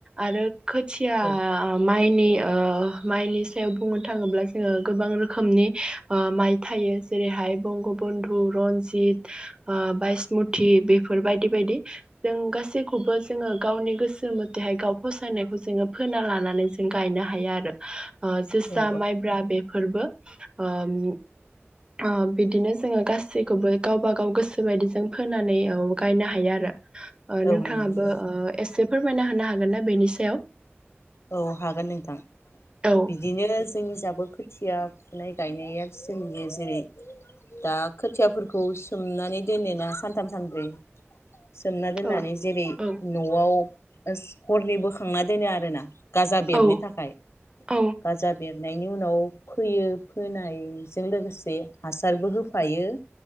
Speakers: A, on the right; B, on the left.
A: आरो खोथिया
B: औ
A: ओ माइनि ओ माइनि सायाव बुंनो थाङोब्ला जोङो गोबां रोखोमनि माइ थायो जेरैहाय बंग रन्जित बायसमुति बेफोर बेफोर बायदि बायदि जों गासैखौबो जोङो गावनि गोसो मथेहाय गाव फसायनायखौ जोङो फोना लानानै जों गायनो हायो आरो। ओ जोसा
B: औ
A: माइब्रा बेफोरबो ओम ओ बिदिनो गासैखौबो गावबा गाव गोसो बायदि जों फोनानै औ गायनो हायो आरो। ओ नोंथाङाबो
B: औ नंगौ नोंथां
A: ओ एसे फोरमायना होनो हागोन ना बेनि सायाव?
B: औ हागोन नोंथां।
A: औ
B: बिदिनो जोंनि इजाबो खोथिया फुनाय गायनाया सोलियो जेरै दा खोथियाफोरखौ सोमनानै दोनोना सानथाम सानब्रै सोमना दोननानै
A: औ
B: जेरै
A: औ
B: न'आव हरनै बोखांना दोनो आरो ना। गाजा बेरनो
A: औ
B: थाखाय
A: औ
B: गाजा बेर नायनि उनाव फोयो फोनायजों लोगोसे हासारबो होफायो।